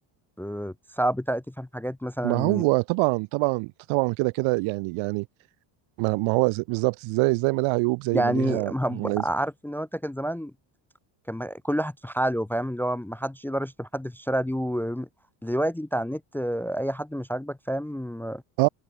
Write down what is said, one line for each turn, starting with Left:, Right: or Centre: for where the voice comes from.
Centre: آه، صعب تع- تفهم حاجات مثلا
Right: ما هو طبعا طبعا طبعا كده كده يعني يعني ما, ما هو ز- بالظبط زي زي ما لها عيوب زي
Centre: يعني
Right: ما ليها
Centre: ما-
Right: مميزات.
Centre: عارف إن هو أنت كان زمان كان ما- كل واحد في حاله فاهم اللي هو ما حدش يقدر يشتم حد في الشارع دي و... دلوقتي أنت على النت آه، أي حد مش عاجبك فاهم
Right: اه